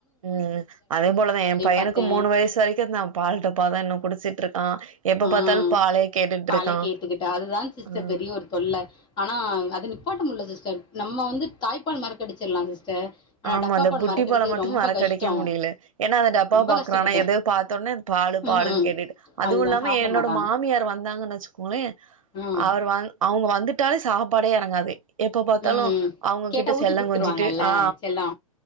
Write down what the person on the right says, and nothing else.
ம் அதே போலதா எ பையனுக்கு
மூணு வயசு வரைக்கு நா பால் டப்பாதா இன்னு குடிச்சிட்ருக்கா எப்ப
பாத்தாலு
பாலே கேட்டுட்ருக்கா.
ஆ
ஆமா
இந்த புட்டிப்பால
மட்டு
மற
கடைக்க முடியில ஏன அந்த டப்பா
பாக்றானா
எதோ பாத்தொன்னே பாலு பாலுன்
கேட்டுட்டு அதுவு
இல்லாம
என்னோட
மாமியார் வந்தாங்கன் வச்சுக்கோங்ளே அவர்
அவுரு வந் அவுங்க வந்துட்டாலே சாப்பாடே இறங்காது எப்ப பாத்தாலு
அவுங்ககிட்ட
செல்லங்கொஞ்சிட்டு
ஆ